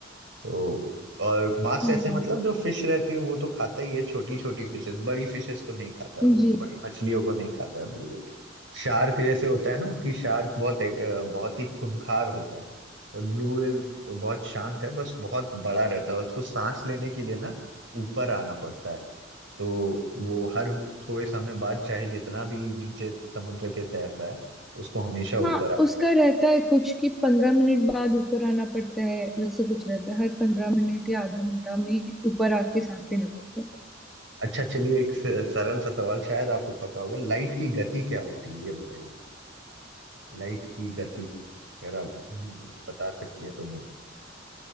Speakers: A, on the right; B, in the centre.
A: तो और मांस
B: हाँ
A: ऐसे मतलब जो फिश रहती है वो तो खाता ही है छोटी छोटी फिशेस बड़ी फिशेस को नहीं खाता है वो
B: जी
A: बड़ी मछलियों को नहीं खाता है ब्लू व्हेल शार्क जैसे होता है ना कि शार्क बहुत अ, बहुत ही खूंखार होता है और ब्लू व्हेल बहुत शांत है बस बहुत बड़ा रहता है और उसको सांस लेने के लिए ना ऊपर आना पड़ता है तो वो हर थोड़े समय बाद चाहे जितना भी नीचे समुद्र के तैरता है उसको हमेशा ऊपर
B: हाँ उसका रहता है कुछ कि पंद्रह मिनट बाद ऊपर आना पड़ता है वैसे कुछ रहता है हर पंद्रह मिनट या आधा घंटा में ऊपर आके सांस लेना पड़ता है
A: अच्छा चलिए एक स- सरल सा सवाल शायद आपको पता होगा लाइट की गति क्या होती है ये बताइए लाइट की गति अगर आप हम्म, बता सकती है तो मैं